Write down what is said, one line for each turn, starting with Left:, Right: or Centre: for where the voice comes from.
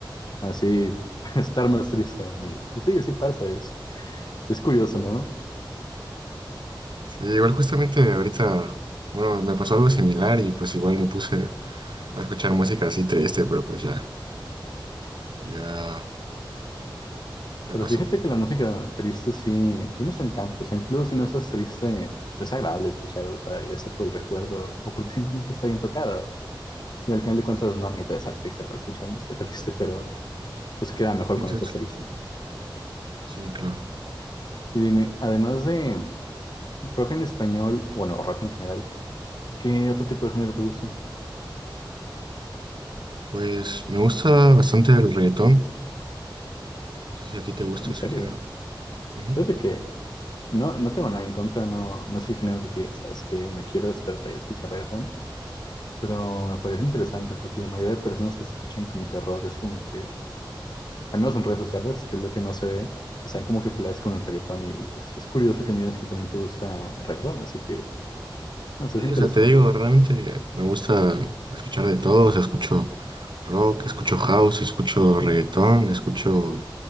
Left: así <laughs> estar más triste aún. Y, y sí, sí pasa, es, es curioso, ¿no?
Right: Sí, igual justamente ahorita, bueno, me pasó algo similar y pues igual me puse a escuchar música así triste, pero pues ya, ya, ya
Left: Pero
Right: pasó.
Left: fíjate que la música triste sí tiene su encanto, o sea, incluso si no estás triste, pues es agradable escuchar, o sea, ya sea por el recuerdo o porque simplemente está bien tocada. Y al final de cuentas no necesitas estar triste para escuchar música triste, pero pues queda mejor
Right: Exacto.
Left: cuando estás triste.
Right: Sí, claro.
Left: Y dime, además de rock en español, bueno, rock en general, ¿qué otro tipo de género te gusta?
Right: Pues me gusta bastante el reggaetón. No sé si a ti te gusta
Left: En
Right: ese
Left: serio,
Right: género. Ujú.
Left: fíjate que No, no tengo nada en contra, no, no es el género que te digo, sabes que me quiero despertar y escuchar reggaetón, pero me parece interesante porque la mayoría de personas que escuchan como que rock es como que, al menos en redes sociales, que es lo que más se ve, están como que peleadas con el reggaetón y es, es curioso que me digas que también te gusta el reggaetón, así que, no sé,
Right: Sí,
Left: es interesante.
Right: o sea, te digo, realmente me gusta escuchar de todo. O sea, escucho rock, escucho house, escucho reggaetón, escucho